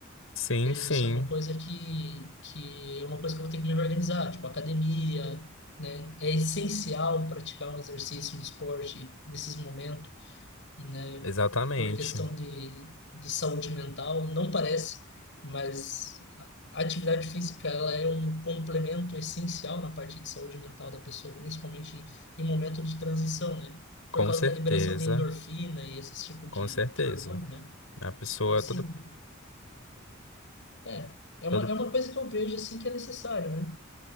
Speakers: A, on the left; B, on the left.
A: Sim,
B: Entendi.
A: sim,
B: Isso é uma coisa que, que é uma coisa que eu vou ter que me organizar, tipo academia, né? É essencial praticar um exercício, um esporte nesses momentos, né?
A: exatamente.
B: Por questão de, de saúde mental, não parece, mas a atividade física ela é um complemento essencial na parte de saúde mental da pessoa, principalmente em momento de transição, né?
A: Com
B: Por causa
A: certeza,
B: da liberação de endorfina e esse tipo de,
A: com certeza.
B: de hormônio, né?
A: A pessoa,
B: Então, assim,
A: toda,
B: é, é
A: toda,
B: uma, é uma coisa que eu vejo assim que é necessária, né?